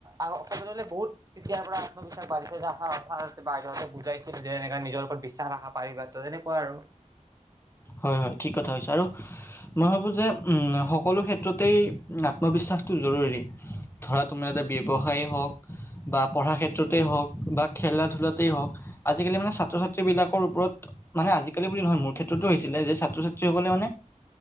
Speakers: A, on the right (about 25°); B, on the left (about 20°).
A: অকলে বহুত তেতিয়াৰ পৰা আত্মবিশ্বাস বাঢ়িছে যে অ ছাৰ বাইদেউহতে বুজে। পাইছিল যে এনেকা নিজৰ ওপৰত বিশ্বাস ৰাখা, পাৰিবা তো। তেনেকুৱা আৰু।
B: হয়, হয়। ঠিক কথা হৈছে আৰু মই ভাবোঁ যে উম সকলো ক্ষেত্ৰতেই আত্মবিশ্বাসটো জৰুৰী। ধৰা তোমাৰ এটা ব্যৱসায় হওঁক বা পঢ়া ক্ষেত্ৰতেই হওঁক বা খেলা ধূলাতেই হওঁক। আজি-কালি মানে ছাত্ৰ-ছাত্ৰীবিলাকৰ ওপৰত মানে আজিকালি বুলি নহয়। মোৰ ক্ষেত্ৰতো হৈছিলে যে ছাত্ৰ-ছাত্ৰীসকলে মানে